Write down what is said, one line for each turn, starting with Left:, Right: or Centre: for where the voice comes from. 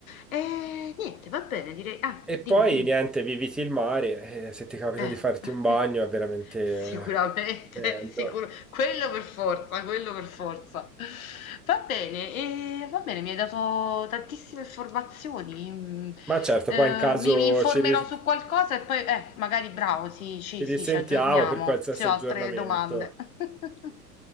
Left: Ehm, niente, va bene, direi ah,
Centre: E
Left: dimmi,
Centre: poi
Left: dimmi.
Centre: niente, viviti il mare, e se ti capita
Left: Eh,
Centre: di farti
Left: <laughs>
Centre: un bagno è veramente
Left: sicuramente,
Centre: bello.
Left: sicuro quello per forza, quello per forza. Va bene, e va bene, mi hai dato tantissime informazioni. mm,
Centre: Ma certo,
Left: eh,
Centre: poi in caso
Left: mi, mi informerò
Centre: ci, ri-
Left: su
Centre: ci
Left: qualcosa e poi, eh, magari bravo, sì, sì,
Centre: risentiamo
Left: sì, ci aggiorniamo
Centre: per qualsiasi
Left: se ho
Centre: aggiornamento.
Left: altre domande. <laughs>